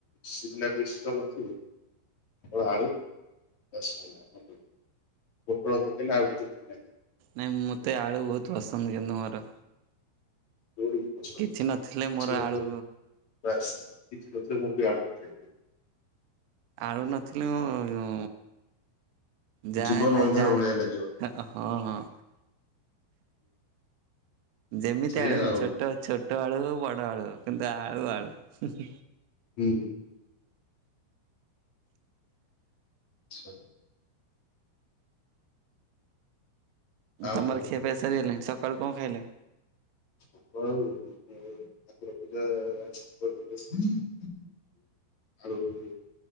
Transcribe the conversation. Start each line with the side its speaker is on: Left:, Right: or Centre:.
Left: ସିିଲାମିର୍ଶ ନ ଥିବ। <unintelligible>
Right: ନାଇଁ ମତେ ଆଡୁ ବହୁତ ପସନ୍ଦ କିନ୍ତୁ ମୋର।
Left: <unintelligible>
Right: କିଛି ନଥିଲେ
Left: କିଛି
Right: ମୋର
Left: ନଥିଲେ
Right: ଆଳୁ
Left: ବାସ୍ କିଛି ନଥିଲେ ମୁଁ ବି ଆଳୁ <unintelligible>
Right: ଆଳୁ ନଥିଲେ ମୁଁଁ ଯାହା
Left: ଜୀବନ
Right: ହେଲେ
Left: ଅନ୍ଧାର
Right: ଯା
Left: ଭଳିଆ ଲାଗିବ।
Right: ହଁ ହଁ। ଯେମିତି
Left: ସେଇଆ
Right: ଆଳୁ ହୋଊ
Left: ଆଉ
Right: ଛୋଟ ଛୋଟ ଆଳୁ ହଉ ବଡ ଆଳୁ କିନ୍ତୁ ଆଳୁ ଆଳୁ।
Left: ହୁଁ। <unintelligible> ଆଉ
Right: ତମର
Left: କଣ
Right: ଖିଆ
Left: କୁହ?
Right: ପିଆ ସରିଗଲାଣି ସକାଳୁ କଣ ଖାଇଲେ।
Left: <unintelligible> ହୁଁ ଆଳୁ